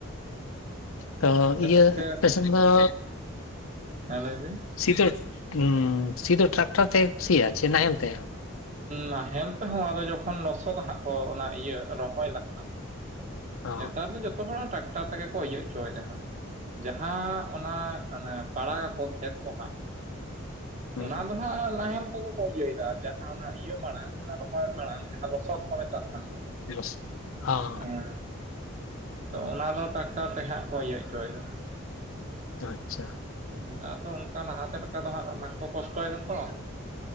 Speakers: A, on the left; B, on the right.
A: ᱛᱚ
B: <inaudible>
A: ᱤᱭᱟᱹ
B: ᱜᱚᱝᱠᱮ
A: ᱟᱯᱮ ᱥᱮᱱ ᱫᱚ
B: ᱦᱮᱸ ᱞᱟᱹᱭ ᱵᱤᱱ᱾
A: ᱥᱤᱫᱚ ᱩᱸ ᱥᱤᱫᱚ ᱴᱨᱟᱠᱴᱟᱨ ᱛᱮᱜᱮ ᱠᱩ ᱥᱤᱭᱟ ᱪᱮ ᱱᱟᱦᱮᱞ ᱛᱮ?
B: ᱱᱟᱦᱮᱞ ᱛᱮᱦᱚᱸ ᱟᱫᱚ ᱡᱚᱠᱷᱚᱱ ᱞᱚᱥᱚᱜ ᱦᱟᱸᱜ ᱠᱚ ᱚᱱᱟ ᱤᱭᱟᱹ ᱨᱚᱦᱚᱭ ᱞᱟᱦᱟ᱾
A: ᱦᱚᱸ
B: ᱧᱮᱛᱟᱨ ᱫᱚ ᱡᱚᱛᱚ ᱦᱚᱲᱟᱜ ᱴᱟᱠᱴᱟᱨ ᱛᱮᱜᱮ ᱠᱚ ᱤᱭᱟᱹ ᱚᱪᱚᱭᱫᱟ ᱦᱟᱸᱜ᱾ ᱡᱟᱦᱟᱸ ᱚᱱᱟ ᱚᱱᱮ ᱯᱟᱲᱟ ᱠᱚ ᱠᱷᱮᱛ ᱠᱚ ᱦᱟᱸᱜ
A: ᱦᱩᱸ
B: ᱚᱱᱟ ᱫᱚ ᱦᱟᱸᱜ ᱱᱟᱦᱮᱞ ᱛᱮᱜᱮ ᱠᱚ ᱤᱭᱟᱹᱭᱫᱟ ᱟᱨ ᱡᱟ ᱡᱟᱦᱟᱸ ᱚᱱᱟ ᱤᱭᱟᱹ ᱢᱟᱲᱟᱝ ᱚᱱᱟ ᱨᱚᱦᱚᱭ ᱢᱟᱲᱟᱝ ᱡᱟᱦᱟᱸ ᱞᱚᱥᱚᱫ ᱠᱚ ᱢᱮᱛᱟᱜ ᱠᱟᱱ ᱫᱚ
A: ᱵᱚᱥ ᱦᱚᱸ
B: ᱮᱸ ᱛᱚ ᱚᱱᱟ ᱫᱚ ᱴᱟᱠᱴᱟᱨ ᱛᱮ ᱦᱟᱸᱜ ᱠᱚ ᱤᱭᱟᱹ ᱚᱪᱚᱭᱫᱟ᱾
A: ᱟᱪᱪᱷᱟ᱾
B: ᱱᱮᱛᱟᱨ ᱫᱚ ᱚᱱᱠᱟ ᱞᱟᱦᱟᱛᱮ ᱞᱮᱠᱟ ᱫᱚ ᱦᱟᱸᱜ ᱵᱟᱝᱠᱚ ᱠᱚᱥᱴᱚᱭᱫᱟ ᱛᱚ᱾